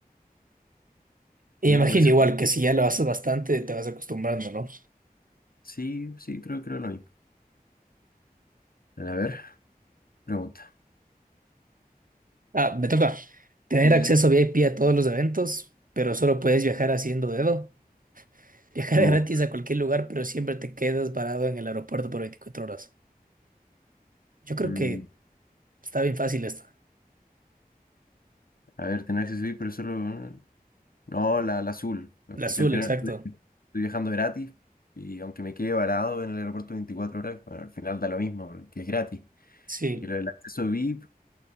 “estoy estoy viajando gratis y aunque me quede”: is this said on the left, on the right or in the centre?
Left